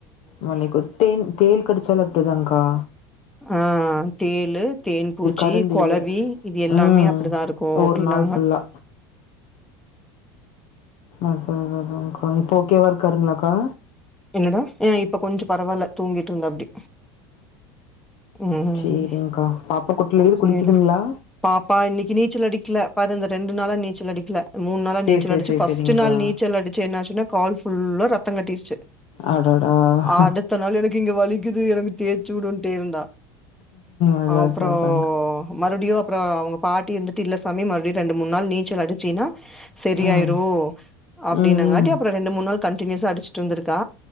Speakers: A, on the left (about 55°); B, in the centre.
A: மலைக்கு தேன் தேள் கடிச்சாலு அப்டிதாங்கா
B: ஆஹ் தேளு தேன் பூச்சி
A: கருந்தேளு.
B: கொளவி இது எல்லாமே
A: ம்
B: அப்டித்தாருக்கு அப்டின்னாங்க
A: ஒரு நாள் ஃபுல்லா.
B: <inaudible>
A: அத அதா அதாகா இப்போ ஓகேவாருக்காருங்ளாக்கா
B: என்னடா ஏ இப்ப கொஞ்சோ பரவால்ல தூங்கிட்ருந்தாப்டி உம்
A: சேரிங்க்கா பாப்பா குட்லயாது
B: சேரிடா
A: குளிக்குதுங்களா
B: பாப்பா இன்னைக்கு நீச்சல் அடிக்கல பாரு இந்த ரெண் ரெண்டுநாலா நீச்சல் அடிக்கல மூணு நாளா
A: சேரி
B: நீச்சல்
A: சேரி
B: அடிச்சு
A: சேரி
B: ஃபஸ்ட்
A: சேரிங்க்கா
B: நாள் நீச்சல் அடிச்சு என்னாச்சுன்னா கால் ஃபுல்லா ரத்த கட்டிருச்சு
A: அடடாஹ்
B: அடுத்த நாள் எனக்கு இங்க வலிக்குது எனக் தேச்சூவுடுட்டே இருந்தா
A: அது
B: ஆப்பறோ
A: அது அதாங்க
B: மறுடியு அப்பறோ அவுங்க பாட்டி இருந்துட்டு இல்ல சாமி மறுடி ரெண்டு மூணு நாள் நீச்சல் அடிச்சினா செரியாயிரு
A: ம்
B: அப்டின்னாங்காட்டி
A: ம் ம்
B: அப்பறோ ரெண்டு மூண்நாள் கன்டினியூசா அடிச்சிட்டுருந்துக் கா